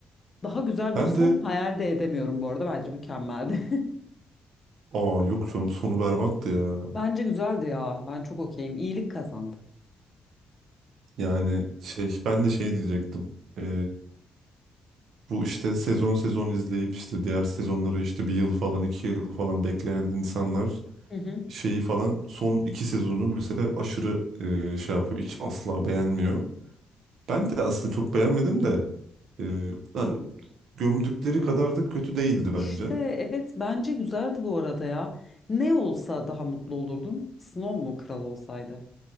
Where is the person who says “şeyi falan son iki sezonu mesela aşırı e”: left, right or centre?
Right